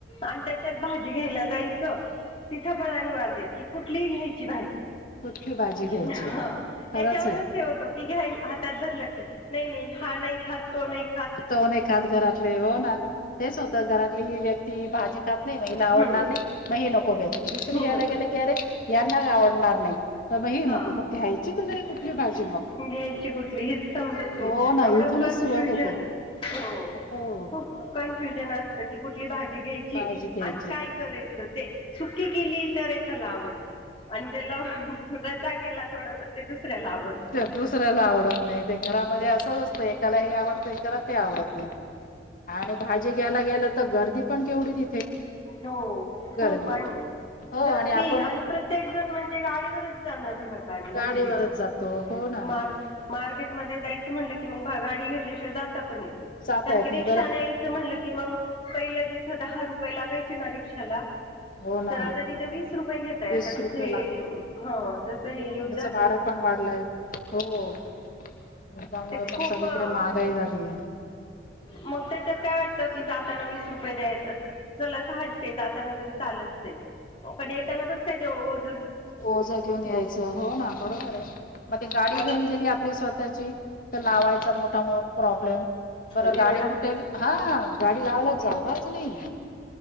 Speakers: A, on the left (about 30°); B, on the left (about 50°).
A: आणि त्याच्यात भाजी घ्यायला जायचं तिथं पण आणि वांधे की कुठली घ्यायची भाजी.
B: कुठली भाजी घ्यायची
A: हं त्याच्यावून
B: खरंच आहे
A: हे होतो. ती घ्याईल हातात धरलं की नही नही हा नही खात, तो नही
B: तो नही खात घरातले हो ना. तेच होतं घरातली व्यक्ती भाजी खात नही, म हीला आवडणार
A: हम्म
B: नही म हे नको घ्यायच दुसरी
A: हे
B: घेयला
A: नको
B: गेले, की अरे यांना आवडणार नाही. तर मग ही
A: हा
B: नको मग घ्यायची तरी
A: घ्यायची
B: कुठली भाजी मग
A: कुठली हिच समजत
B: हो
A: एवढं
B: ना इथूनच
A: कन्फ्युजन.
B: सुरुवात होते
A: हो
B: हो
A: खूप कन्फ्युजन असत, की कुठली भाजी घ्याय यची
B: काळजी घ्यायची
A: न काय करायचं ते सुकी केली तर एखाला आवडती. आणि तेला रसा केला थोडा तर ते दुसऱ्याला आवड
B: त दुसऱ्याला आवडत नाही ते घरामध्ये असंच असतं एकाला हे आवडतं, एकाला ते आवडत नाही. आणि भाजी घ्यायला गेलं तर गर्दी पण केवढी तिथे.
A: हो
B: गर्दी
A: खूप आणि
B: हो
A: गर्दी
B: आपण
A: आणि प्रत्येक जण म्हणजे गाडीवरच जाणार राहंत आणि भाजी
B: गाडीवरच
A: घ्यायला
B: जातो हो ना
A: मार मार्केटमध्ये जायचं म्हणलं की मग गाडी घेतल्याशिवाय जाता पण येत नाही
B: जाता
A: कारण
B: येत
A: की रिक्षा
B: बरं
A: नाही. त म्हनलं की मंग पहिलं जिथं दहा रुपये लागायचे ना रिक्षाला
B: हो ना
A: तर आता तिथं वीस रुपये घेताय,
B: वीस
A: आता जस
B: रुपये
A: हे हं जस हे युद्धा
B: भाड पण वाढलंय. हो. युद्धमुळे
A: ते
B: पण
A: खूप
B: सगळीकडे महागाई
A: म्हणजे
B: झाली आहे.
A: मग त्याच्यात काय वाटत कि जाताना वीस रुपये द्यायच चला साहजिक ये. जाताना तरी चाल पण येताना कस काय ते ओझ
B: हो ज घेऊन यायचं हो ना बरोबर आहे मग ते गाडी
A: मग
B: घेऊन गेली आपली स्वत त्याची तर लावायचा मोठा मोठ प्रॉब्लेम बर
A: एवढं
B: गाडी कुठेल हा गाडी लावायला जागाच नाही.